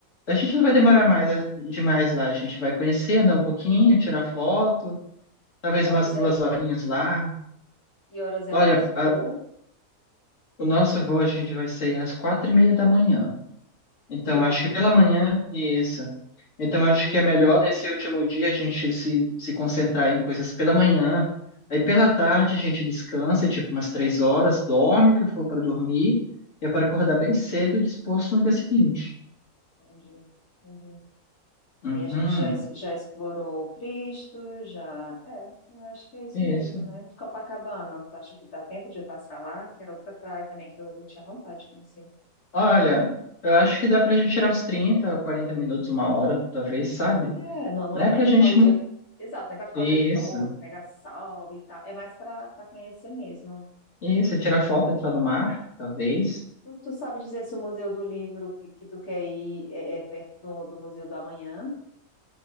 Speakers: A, on the left; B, on the left.
A: A gente não vai demorar mais é, demais lá. A gente vai conhecer, andar um pouquinho, tirar foto, talvez
B: Que horas
A: umas duas
B: é,
A: horinhas lá.
B: que horas é
A: Olha,
B: o nosso
A: a-
B: voo?
A: o nosso voo a gente vai sair às quatro e meia da manhã. Então,
B: De lá
A: acho
B: do
A: que pela
B: Rio.
A: manhã e isso. Então,
B: Do
A: acho
B: Rio.
A: que é melhor nesse último dia a gente se, se concentrar em coisas pela manhã. Aí, pela tarde, a gente descansa, tipo umas três horas, dorme o que for para dormir,
B: Uhum.
A: e é para acordar bem cedo e disposto no dia seguinte.
B: Entendi, entendi. Aí
A: Uhum,
B: a gente já, es- já explorou Cristo, já. É, eu acho que é isso
A: é
B: mesmo,
A: isso.
B: né? Copacabana, tu acha que dá tempo de passar lá? Que era outra praia também que eu, eu tinha vontade de conhecer.
A: Olha, eu acho que dá pra gente tirar uns 30, 40 minutos, uma hora, talvez, sabe?
B: É, não, não
A: Não
B: é
A: é
B: para
A: pra
B: ficar
A: gente.
B: o dia.
A: mo-
B: Exato, não é para ficar
A: Isso,
B: o dia todo, pegar sol e tal. É mais para para conhecer mesmo.
A: isso, tirar foto, entrar no mar, talvez.
B: Tu, tu sabe dizer se o Museu do Livro que, que tu quer ir é, é perto do, do Museu do Amanhã?